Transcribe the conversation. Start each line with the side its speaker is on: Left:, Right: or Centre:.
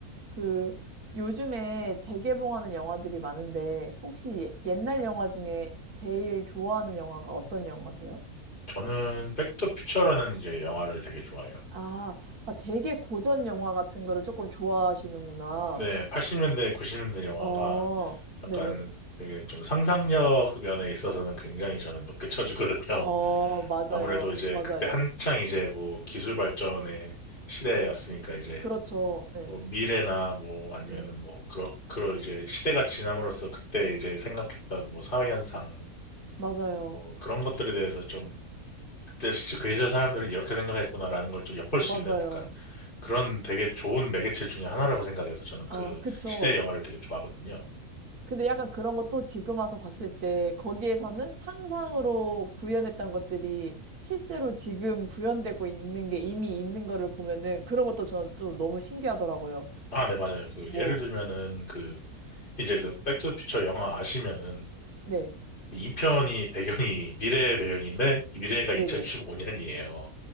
Right: 그, 요즘에 재개봉하는 영화들이 많은데, 혹시 옛날 영화 중에 제일 좋아하는 영화가 어떤 영화세요?
Left: 저는 백투퓨처라는 이제 영화를 되게 좋아해요.
Right: 아, 아, 되게 고전 영화 같은 거를 조금 좋아하시는구나.
Left: 네, 80년대, 90년대 영화가
Right: 어,
Left: 약간
Right: 네네.
Left: 되게 좀 상상력 면에 있어서는 굉장히 저는 높게 쳐주거든요.
Right: 어,
Left: <laughs>
Right: 맞아요.
Left: 아무래도 이제
Right: 맞아요.
Left: 그때 한창 이제 뭐 기술 발전의 시대였으니까 이제
Right: 그렇죠. 네.
Left: 뭐 미래나 뭐 아니면은
Right: 네.
Left: 뭐 그런 그런 이제 시대가 지남으로써 그때 이제 생각했던 뭐 사회 현상
Right: 맞아요.
Left: 뭐 그런 것들에 대해서 좀 그때 시- 그 시절 사람들은 이렇게 생각했구나라는 걸 좀 엿볼 수
Right: 맞아요.
Left: 있는 약간 그런 되게 좋은 매개체 중에 하나라고 생각해서 저는
Right: 어,
Left: 그
Right: 그쵸.
Left: 시대 영화를 되게 좋아하거든요.
Right: 근데 약간 그런 것도 지금 와서 봤을 때 거기에서는 상상으로 구현했던 것들이 실제로 지금 구현되고 있는 게 이미 있는 거를 보면은 그런 것도 저는 또 너무 신기하더라고요.
Left: 아, 네, 맞아요. 그
Right: 뭐,
Left: 예를 들면은 그 이제 그 백투더퓨처 영화 아시면은
Right: 네.
Left: 2편이 배경이 미래의 배경인데 이 미래가
Right: 네네.
Left: 2015년이에요.